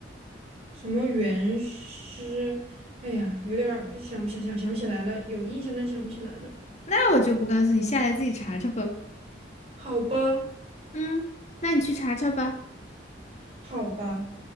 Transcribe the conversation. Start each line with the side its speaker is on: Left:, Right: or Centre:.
Right: 什么元师？哎呀，有点儿想不想想想不起来了，有印象但想不起来了。
Left: 那我就不告诉你，下来自己查查吧。
Right: 好吧，
Left: 嗯，那你去查查吧。
Right: 好吧。